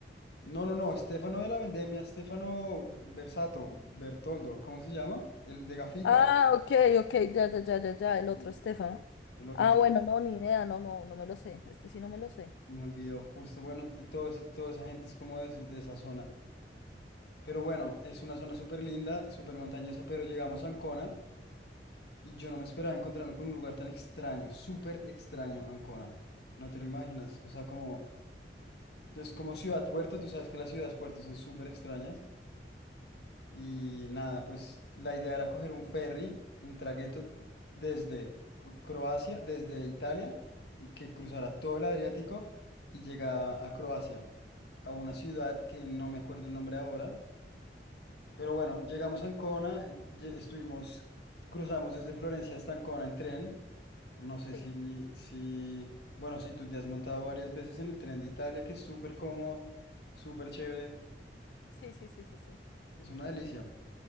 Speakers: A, on the left; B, on the left.
A: No, no, no, Estefano de la Vendemia, Estefano Versato, Bertoldo, ¿cómo se llama? El de gafitas.
B: Ah, ok, ok, ya, ya, ya, ya, ya,
A: Sí.
B: el otro Estefano.
A: El otro
B: Ah,
A: se
B: bueno, no, ni idea, no, no, no me lo sé. Este sí no me lo sé.
A: me olvidó, justo. Bueno, t- todo ese- toda esa gente es como de, esa- de esa zona. Pero bueno, es una zona súper linda, súper montañosa, pero llegamos a Ancona y yo no me esperaba encontrarme con un lugar tan extraño, súper extraño Ancona. No te lo imaginas. O sea, como, es como ciudad puerto, tú sabes que las ciudades puertos son súper extrañas. Y nada, pues la idea era coger un ferry, un tragueto desde Co- Croacia, desde Italia, y que cruzara todo el Adriático y llegaba a Croacia, a una ciudad que no me acuerdo el nombre ahora. Pero bueno, llegamos a Ancona, eh, ye- estuvimos, cruzamos desde Florencia hasta Ancona en tren. No sé
B: Sí,
A: si, si, bueno, si tú te has montado varias veces en el tren de Italia, que es súper cómodo, súper chévere,
B: sí, sí, sí, sí, sí.
A: es una delicia.